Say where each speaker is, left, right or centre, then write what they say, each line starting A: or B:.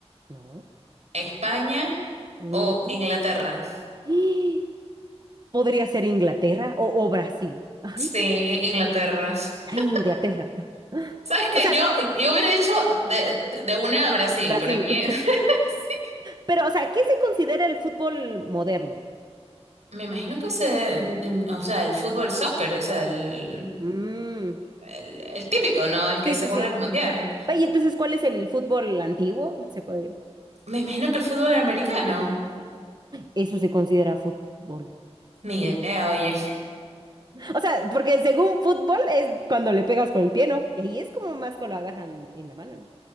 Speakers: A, on the right; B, on the right.
A: No.
B: España
A: Mm.
B: o Inglaterra.
A: <gasps> Podría ser Inglaterra o, o Brasil. Ay,
B: Sí, Inglaterra.
A: ay,
B: <laughs>
A: en Inglaterra. <laughs>
B: Sabes que
A: O sea,
B: yo, yo hubiera dicho de, de de una a Brasil,
A: Brasil.
B: para mí.
A: <laughs>
B: <laughs> sí.
A: Pero, o sea, ¿qué se considera el fútbol moderno?
B: Me imagino que se, mm, mm, o sea, el fútbol soccer, o sea, el,
A: Mm,
B: el, el típico, ¿no? El que
A: Sí,
B: se
A: sí,
B: juega
A: sí.
B: el mundial.
A: Y entonces, ¿cuál es el fútbol antiguo? Se puede...
B: Me imagino que el fútbol americano.
A: Eso se considera fútbol.
B: Ni idea, oye.
A: O sea, porque según fútbol es cuando le pegas con el pie, ¿no? Y ahí es como más que lo agarran en la mano, ¿no?